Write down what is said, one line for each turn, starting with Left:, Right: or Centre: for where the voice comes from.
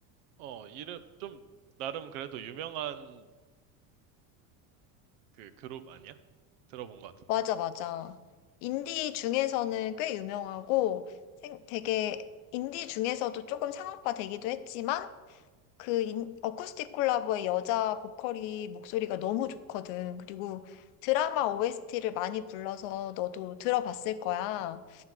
Right: 어, 이름 좀 나름 그래도 유명한 그 그룹 아니야? 들어본 것 같은데.
Left: 맞아, 맞아. 인디 중에서는 꽤 유명하고 생- 되게 인디 중에서도 조금 상업화 되기도 했지만 그 인- 어쿠스틱 콜라보의 여자 보컬이 목소리가 너무 좋거든. 그리고 드라마 OST를 많이 불러서 너도 들어봤을 거야.